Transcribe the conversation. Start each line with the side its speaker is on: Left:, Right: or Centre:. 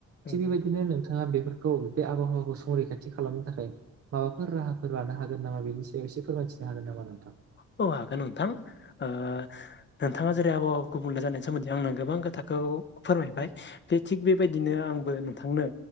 Right: थिग
Left: नोंथां
Right: बेबायदिनो नोंथाङा बेफोर खौ बे आबहावाखौ संरैखाथि खालामनो थाखाय माबाफोर राहाफोर लानो हागोन नामा बेनि सायाव एसे फोरमायथिनो हागोन नामा नोंथां।
Left: औ हागोन नोंथां ओ नोंथाङा जेरै आबहावा गुबुंले जानायनि सोमोन्दै आंनो गोबां खोथाखौ फोरमायबाय बे थिग बेबायदिनो आंबो नोंथांनो